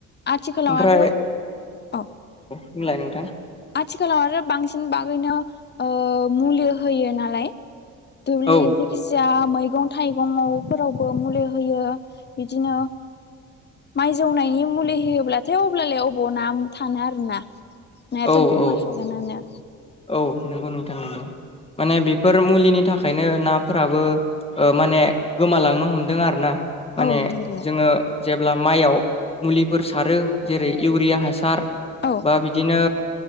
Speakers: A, on the left; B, on the left.
A: आथिखालाव
B: ओमफ्राय
A: आरो औ
B: बुंलाय नोंथां।
A: आथिखालाव आरो बांसिन बागैनो मुलि होयो नालाय दुब्लि
B: औ
A: जेखिजाया मैगं थाइगंफोरावबो मुलि होयो बिदिनो माइ जौनायनि मुलि होयोब्लाथाय अब्लालाय अबाव ना थानो आरोना। नायाथ'
B: औ
A: गोमाखागोनानो।
B: औ औ नंगौ नोंथां नंगौ माने बेफोर बे मुलिनि थाखायनो नाफोराबो माने गोमालांनो हमदों आरो ना। माने
A: औ नंगौ
B: जोङो जेब्ला माइयाव मुलिफोर सारो जेरै इउरिया हासार
A: औ
B: बा बिदिनो